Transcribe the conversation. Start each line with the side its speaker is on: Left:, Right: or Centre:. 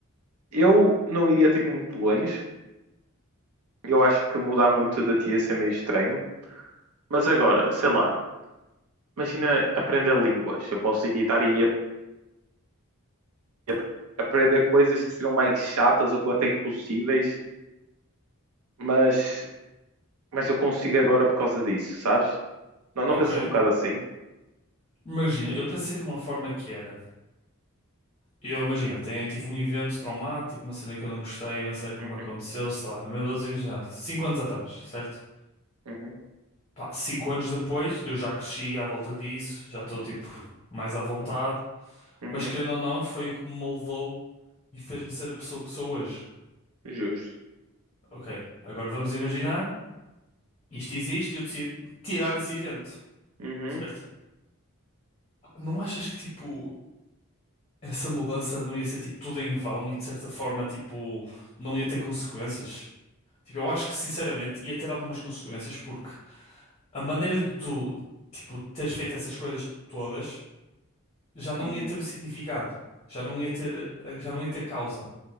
Right: Eu não iria, tipo, muito longe. Eu acho que mudar muito de ti ia ser meio estranho. Mas agora, sei lá, imagina aprender línguas. Eu posso editar e ap- ap- aprender coisas que seriam mais chatas ou até impossíveis mas, mas eu consigo agora por causa disso, sabes? Não, não
Left: Ok.
Right: pensas um bocado assim?
Left: Imagina, eu pensei de uma forma que era. Eu imagina, tenho, eu tive um evento traumático, uma cena que eu não gostei, uma cena que
Right: Uhum,
Left: me aconteceu, sei lá, meu Deus, imaginar, cinco anos atrás, certo?
Right: uhum,
Left: Pá, cinco anos depois, eu já cresci à volta disso, já estou tipo mais à vontade,
Right: uhum,
Left: mas querendo ou não, foi o que me moldou e fez-me ser a pessoa que sou hoje.
Right: justo.
Left: Ok, agora vamos imaginar, isto existe e eu decido tirar esse evento,
Right: Uhum,
Left: certo? Não achas que, tipo, essa mudança não ia ser, tipo, tudo em vão e, de certa forma, tipo, não ia ter consequências? Tipo, eu acho que, sinceramente, ia ter algumas consequências porque a maneira de tu, tipo, teres feito essas coisas todas já não
Right: uhum.
Left: ia ter o significado, já não ia ter, já não ia ter causa.